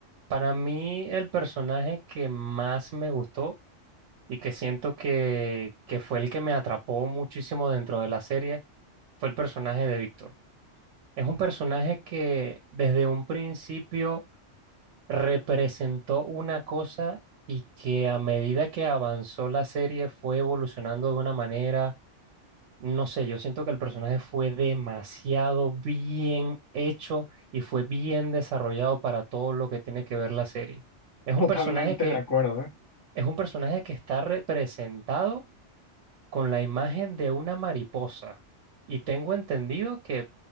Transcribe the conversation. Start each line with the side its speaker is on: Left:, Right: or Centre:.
Right: para mí el personaje que más me gustó y que siento que, que fue el que me atrapó muchísimo dentro de la serie, fue el personaje de Víctor. Es un personaje que desde un principio representó una cosa y que a medida que avanzó la serie fue evolucionando de una manera, no sé, yo siento que el personaje fue demasiado bien hecho y fue bien desarrollado para todo lo que tiene que ver la serie. Es
Left: Totalmente
Right: un personaje que,
Left: de acuerdo. ¿eh?
Right: es un personaje que está representado con la imagen de una mariposa. Y tengo entendido que